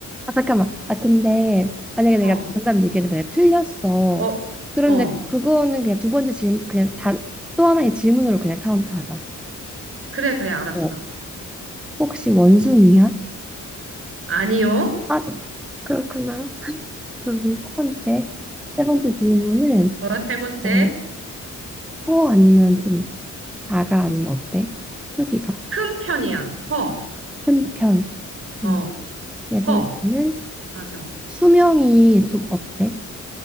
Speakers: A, in the centre; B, on the right.
A: 아, 잠깐만. 아, 근데 만약에 내가
B: 어,
A: 정답 얘기해도 내가 틀렸어.
B: 어,
A: 그런데
B: 어.
A: 그거는 그냥 두 번째 질문, 그냥 다 또 하나의 질문으로 그냥 카운트하자.
B: 그래, 그래, 알았어.
A: 어. 혹시 원숭이야?
B: 아니요.
A: 아, 그렇구나. 그리고 첫 번째, 세 번째 질문은
B: 어, 세 번째,
A: 어, 커 아니면 좀 작아 아니면 어때? 크기가
B: 큰 편이야. 커.
A: 큰 편.
B: 어,
A: 음, 네
B: 커.
A: 번째는
B: 맞아.
A: 수명이 좀 어때?